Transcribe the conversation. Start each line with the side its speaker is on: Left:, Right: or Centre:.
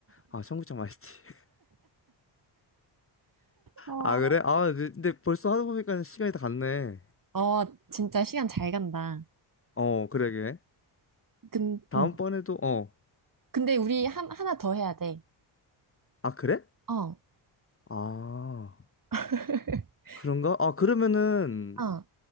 Left: 아, 청국장 맛있지. <laughs>
Right: 어,
Left: 아, 그래?
Right: <laughs>
Left: 아, 근데 근데 벌써 하다 보니까 시간이 다 갔네.
Right: 어, 진짜 시간 잘 간다.
Left: 어, 그러게.
Right: 근,
Left: 다음번에도,
Right: 음.
Left: 어.
Right: 근데 우리 한, 하나 더 해야 돼.
Left: 아, 그래?
Right: 어,
Left: 아,
Right: <laughs>
Left: 그런가? 아, 그러면은,
Right: 어.